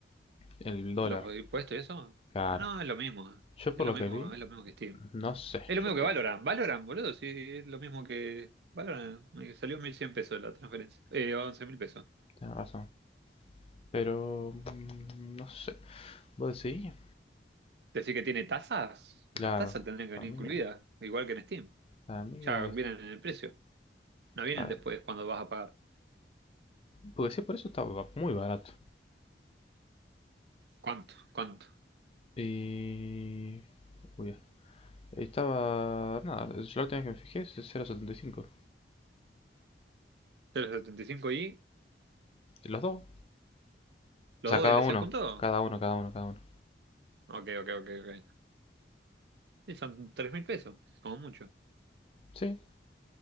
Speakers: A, on the left; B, on the right.
A: el dólar.
B: ¿Los impuestos y eso?
A: Claro.
B: No, es lo mismo.
A: Yo
B: Es
A: por
B: lo
A: lo
B: mismo,
A: que vi,
B: es lo mismo que Steam.
A: no sé.
B: Es lo mismo
A: Yo
B: que
A: por.
B: Valorant. Valorant, boludo, sí, es lo mismo que Valorant. Me salió 1.100 pesos la transferencia. Eh, 11.000 pesos.
A: Tienes razón. Pero. mm, no sé. ¿Vos decís?
B: Decir que tiene tasas,
A: Claro.
B: las tasas tendrían que
A: Para
B: venir
A: mí,
B: incluidas,
A: que-
B: igual que en Steam.
A: para mí
B: Ya
A: como que.
B: vienen
A: es-
B: en el precio, no vienen
A: está-
B: después cuando vas a pagar.
A: Porque si por eso está muy barato.
B: ¿Cuánto? ¿Cuánto?
A: Y. Uy, ya. Ahí estaba. Nada, yo la última vez que me fijé es 0.75.
B: ¿tres coma setenta y cinco y
A: De los dos.
B: los
A: O sea,
B: dos
A: cada
B: D L
A: uno.
B: C juntos.
A: Cada uno, cada uno, cada uno.
B: Ok, ok, ok, ok. Y son 3.000 pesos, como mucho.
A: Sí,